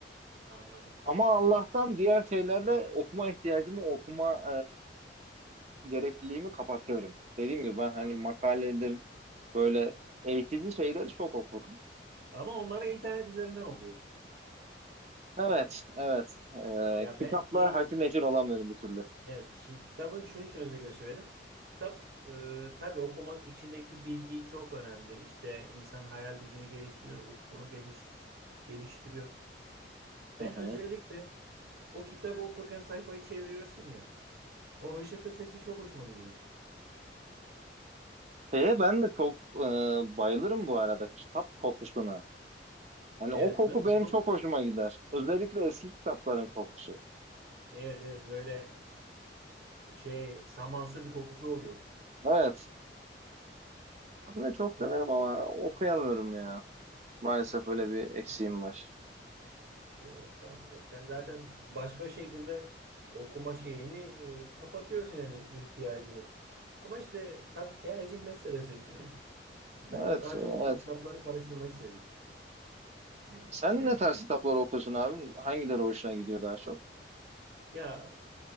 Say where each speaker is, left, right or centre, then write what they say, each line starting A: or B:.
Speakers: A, on the right; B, on the right.
A: Anladım.
B: Ama Allah'tan diğer şeylerle okuma ihtiyacımı, okuma e, gerekliliğimi kapatıyorum. Dediğim gibi ben hani
A: Anladım.
B: makaledir, böyle eğitici şeyleri çok okurum.
A: Ama onları internet üzerinden okuyorsunuz.
B: Evet, evet.
A: Ya
B: E, kitapla
A: ben şey
B: hacı
A: için,
B: necir olamıyorum bir türlü.
A: evet, şey, kitabı şunun için özellikle söyledim. Kitap e, tabii okumak içindeki bilgi çok önemli. İşte insan hayal gücünü geliştiriyor, ufkunu geliş, geliştiriyor.
B: Hı
A: Ben
B: hı.
A: özellikle o kitabı okurken sayfayı çeviriyorsun ya. O hışırtı sesi çok hoşuma gidiyor.
B: Şeye ben de çok e, bayılırım bu arada kitap kokusuna. Hani
A: Evet,
B: o koku
A: değil mi?
B: benim
A: Çok,
B: çok hoşuma gider. Özellikle eski kitapların kokusu.
A: evet, evet böyle şey samansı bir kokusu oluyor.
B: Evet. Ben de çok
A: Çok
B: severim
A: güzel.
B: ama
A: ya.
B: okuyamıyorum ya. Maalesef öyle bir eksiğim var.
A: Yok estağfurullah. Sen zaten başka şekilde okuma şeyini e, kapatıyorsun yani ihtiyacını. Ama işte tabii tercih meselesi. <clears throat> Ben
B: Evet,
A: de daha
B: evet.
A: çok işte kitapları karıştırmayı seviyorum. <clears throat>
B: Sen ne tarz kitaplar okuyorsun abim? Hangileri hoşuna gidiyor daha çok?
A: Ya